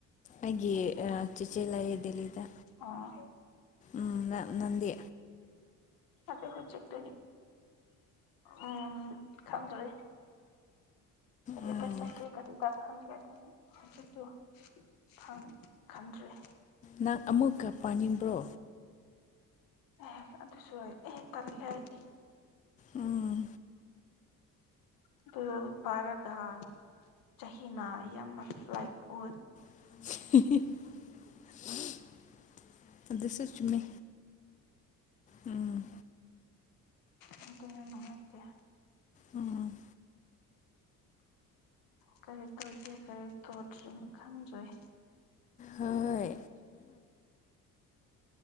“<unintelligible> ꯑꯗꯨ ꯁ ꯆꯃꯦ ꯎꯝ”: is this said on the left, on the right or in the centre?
Left